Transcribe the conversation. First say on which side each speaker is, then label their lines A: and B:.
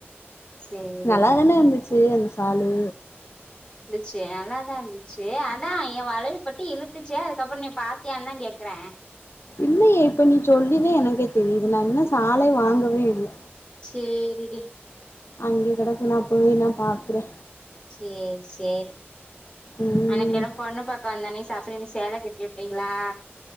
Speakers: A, on the left; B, on the left.
A: சேரிடி
B: நல்லா தானே இருந்துச்சு அந்த சாலு
A: சே நல்லாதா இருந்துச்சு அதா ஏ வளவி பட்டி இழுத்துச்சு அதுக்கப்றோ நீ பாத்தியானு தா கேக்குறே
B: இல்லையே இப்ப நீ சொல்லிதே எனக்கே தெரியுது நா இன்னு சாலே
A: ஆ
B: வாங்கவே இல்ல
A: சேரிடி
B: அங்கே கெடக்கு நா போய் நா பாக்குறே
A: சேரி சேரி
B: ம்
A: அன்னைக்கி என்ன பொண்ணு பாக்க வந்தன்னிக்கு சஃபரினுக்கு சேல கட்டி வுட்டீங்களா